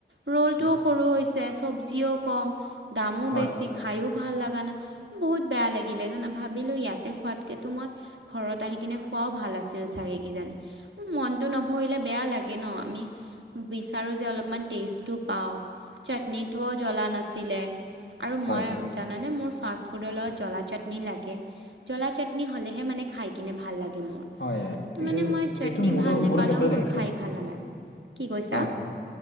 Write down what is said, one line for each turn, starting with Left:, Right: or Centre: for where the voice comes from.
Right: ৰ'লটোও
Left: হয়
Right: সৰু হৈছে, চব্জিও কম দামো
Left: অ
Right: বেছি, খায়ো ভাল লগা নাই, বহুত বেয়া লাগিলে জানা? ভাবিলো ইয়াতে খোৱাতকেতো মই ঘৰত আহি কিনে খো অ', ভাল আছিল চাগে কিজানি, মনটো নভৰিলে বেয়া লাগে ন? আমি বিচাৰো যে অলপমান টেষ্টটো পাওঁ চাটনিটোও জ্বলা নাছিলে আৰু
Left: হয়
Right: মই
Left: হয়
Right: মানে মোৰ ফাষ্ট ফুডৰ লগত জ্বলা চাটনি লাগে, জ্বলা চাটনি হ'লেহে মানে খাই কিনে ভাল লাগে। মুৰ।
Left: হয়
Right: ত
Left: এইটো
Right: মানে মই চাটনি
Left: এইটো মোৰো
Right: ভাল নাপালেও
Left: মোৰো ক্ষেত্ৰত
Right: মোৰ
Left: একে
Right: খাই ভাল নালাগে। কি কৈছা?
Left: হয় হয়